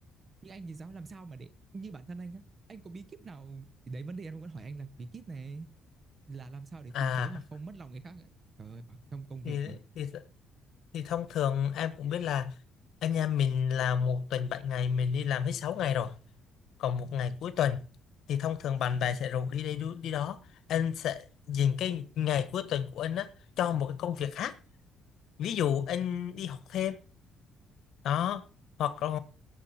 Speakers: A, on the right; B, on the left.
A: như anh thì giáo làm sao mà để như bản thân anh á anh có bí kíp nào thì đấy vấn đề em vẫn hỏi anh là bí kíp này là làm sao để
B: à
A: từ chối mà không mất lòng người khác ấy. trời ơi trong công việc
B: thì
A: mà
B: thì thì thông thường em cũng biết là anh em mình là một tuần bảy ngày mình đi làm hết 6 ngày rồi Còn một ngày cuối tuần thì thông thường bạn bè sẽ rủ đi đây đu- đi đó. Anh sẽ dành cái ngày cuối tuần của anh á cho một cái công việc khác. Ví dụ anh đi học thêm đó hoặc là